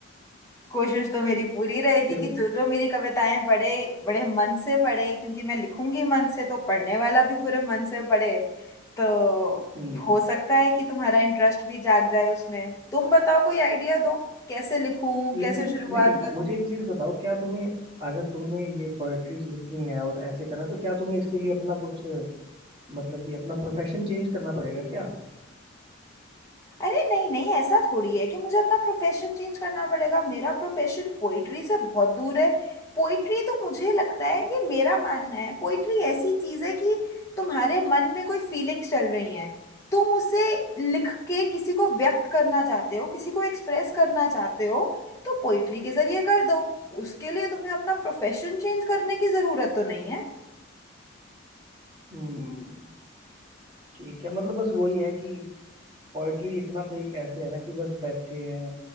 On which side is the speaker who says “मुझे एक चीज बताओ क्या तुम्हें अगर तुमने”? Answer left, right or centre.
Right